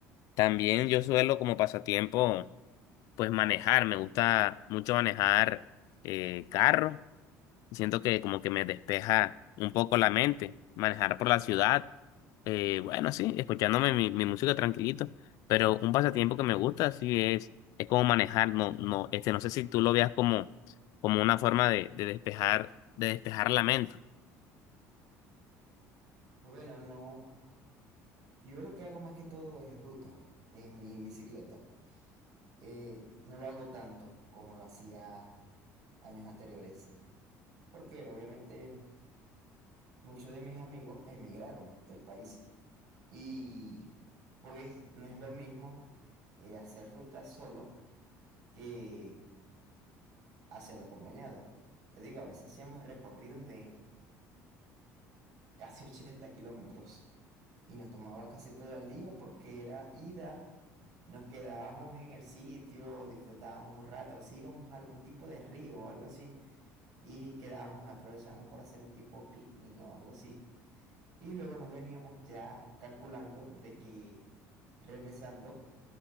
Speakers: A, on the left (about 65°); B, on the right (about 65°).
A: También yo suelo como pasatiempo, pues manejar. Me gusta mucho manejar eh, carro y siento que como que me despeja un poco la mente, manejar por la ciudad, eh, bueno, sí, escuchándome mi, mi música tranquilito, pero un pasatiempo que me gusta, sí, es, es como manejar, no, no, este, no sé si tú lo veas como, como una forma de, de despejar, de despejar la mente.
B: Bueno, no. Yo lo que hago más que todo es ruta en mi bicicleta. Eh, no lo hago tanto como lo hacía años anteriores, porque obviamente muchos de mis amigos emigraron del país y pues no es lo mismo eh, hacer ruta solo que hacerlo acompañado. Te digo, a veces hacíamos recorridos de casi ochenta kilómetros. y nos tomaba casi todo el día porque era ida, nos quedábamos en el sitio, disfrutábamos un rato, si íbamos a algún tipo de río o algo así y quedábamos, aprovechábamos para hacer un tipo picnic o algo así. Y luego nos veníamos ya calculando de que regresando